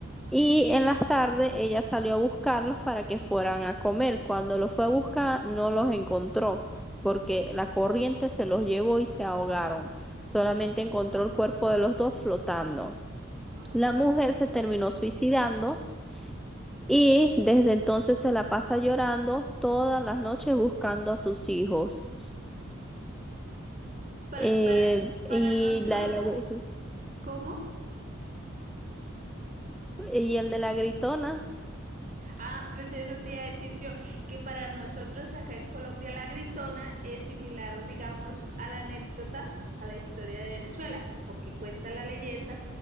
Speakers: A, in the centre; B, on the right.
A: y en las tardes ella salió a buscarlos para que fueran a comer. Cuando los fue a buscar no los encontró porque la corriente se los llevó y se ahogaron. Solamente encontró el cuerpo de los dos flotando.
B: Ah,
A: La mujer se terminó suicidando y desde entonces se la pasa llorando todas las noches buscando a sus hijos.
B: Para,
A: Eh,
B: para,
A: y
B: para nosotros,
A: la de la gri-
B: ¿cómo?
A: y el de la gritona.
B: Ah, pues eso te iba a decir yo, que para nosotros acá en Colombia la gritona es similar, digamos, a la anécdota, a la historia de Venezuela, porque cuenta la leyenda